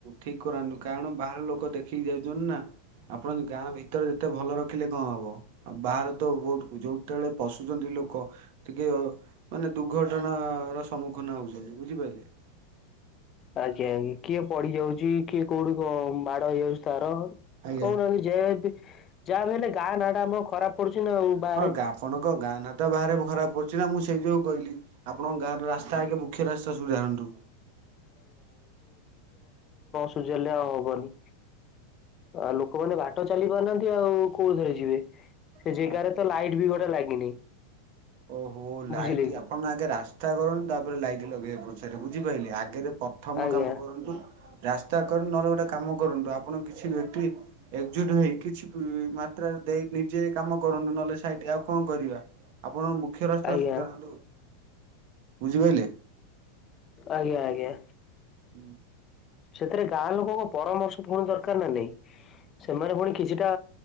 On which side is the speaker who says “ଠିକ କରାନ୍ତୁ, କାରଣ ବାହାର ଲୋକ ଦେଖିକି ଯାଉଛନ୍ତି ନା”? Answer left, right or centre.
Right